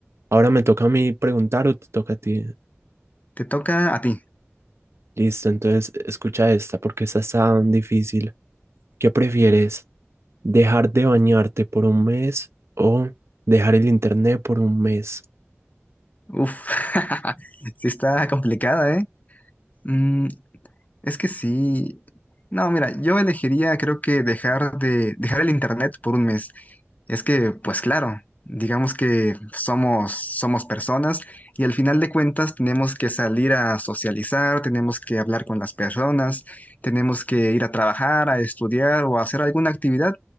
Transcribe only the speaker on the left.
Te toca a ti.
Uf, <laughs> sí está complicada, ¿eh? Mm, Es que sí. No, mira, yo elegiría, creo que dejar de dejar el internet por un mes. Es que, pues claro, digamos que somos somos personas y al final de cuentas tenemos que salir a socializar, tenemos que hablar con las personas, tenemos que ir a trabajar, a estudiar o a hacer alguna actividad.